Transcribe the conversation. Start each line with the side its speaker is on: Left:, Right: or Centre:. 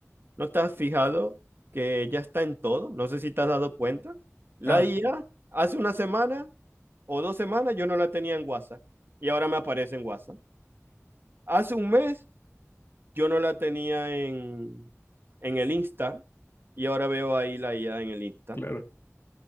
Right: ¿no te has fijado que ya está en todo? No sé si te has dado cuenta. La
Left: Ah, sí,
Right: IA, hace una semana o dos semanas yo no la tenía en WhatsApp y ahora me aparece en WhatsApp. Hace un mes yo no la tenía en, en el Insta y ahora veo ahí la IA en el Insta.
Left: claro.